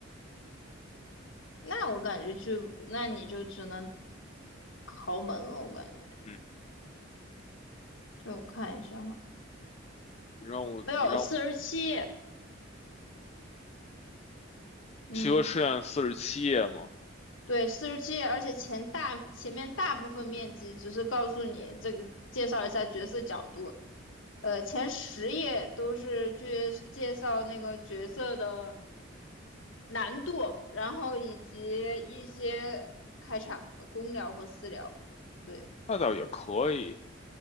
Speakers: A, on the left; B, on the left.
A: 那我感觉就，那你就只能豪门了，我感觉。
B: 嗯，
A: 对，我看一下哈，
B: 你让我你让我
A: 没有四十七，嗯，
B: 西河实验四十七页嘛，
A: 对，四十七，而且前大前面大部分面积只是告诉你这个，介绍一下角色角度，呃，前十页都是去介绍那个角色的难度，然后以及一些开场的公聊和私聊。对，
B: 那倒也可以。